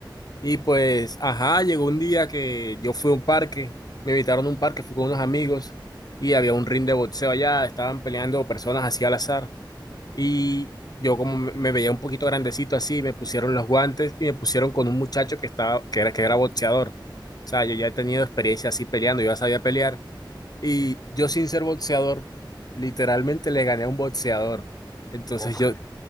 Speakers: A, on the left; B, on the left.
A: Y pues, ajá, llegó un día que yo fui a un parque, me invitaron a un parque, fui con unos amigos y había un ring de boxeo allá, estaban peleando personas así al azar y
B: Ujú,
A: yo como me me veía un poquito grandecito así, me pusieron los guantes y me pusieron con un muchacho que estaba que era que era boxeador. O sea, yo ya he tenido experiencia así peleando, yo ya sabía pelear y
B: ujú.
A: yo sin ser boxeador, literalmente le gané a un boxeador. Entonces
B: ¿Cómo?
A: yo,